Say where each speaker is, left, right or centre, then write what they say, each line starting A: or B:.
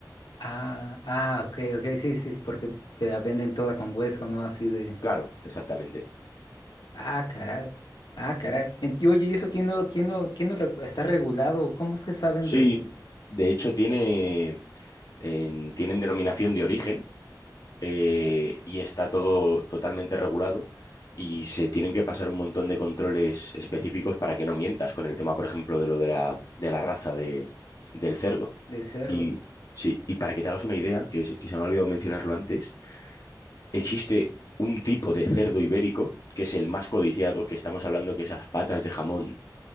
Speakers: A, on the left (about 75°); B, on the left (about 55°).
A: Ah, ah, ok, ok, sí, sí, sí, porque te la venden toda con hueso, ¿no? Así de.
B: Claro, exactamente.
A: Ah, caray. Ah, caray. En- y oye, ¿y eso quién no, quién no, quién no regu- está regulado? ¿Cómo es que saben
B: Sí,
A: de,
B: de hecho tiene, en- tienen denominación de origen eh, y está todo totalmente regulado y se tienen que pasar un montón de controles específicos para que no mientas con el tema, por ejemplo, de lo de la, de la raza de, del cerdo.
A: del cerdo?
B: Y, sí, y para que te hagas una idea, que, se- que se me ha olvidado mencionarlo antes, existe un tipo de cerdo ibérico que es el más codiciado, que estamos hablando que esas patas de jamón